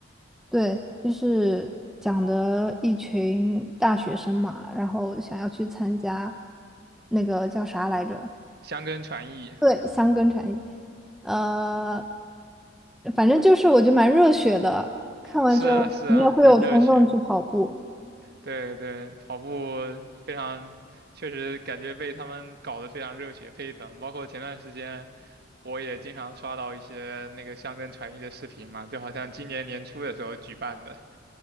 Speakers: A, in the centre; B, on the right.
A: 对，就是讲的一群大学生嘛，然后想要去参加那个叫啥来着？
B: 《香根传译》。
A: 对，香根产业，呃，反正就是我觉得蛮热血的，看完之后你也会有冲动去跑步。
B: 是啊，是啊，很热血。对对，跑步非常，确实感觉被他们搞得非常热血沸腾。包括前段时间，我也经常刷到一些那个箱根传艺的视频嘛，就好像今年年初的时候举办的，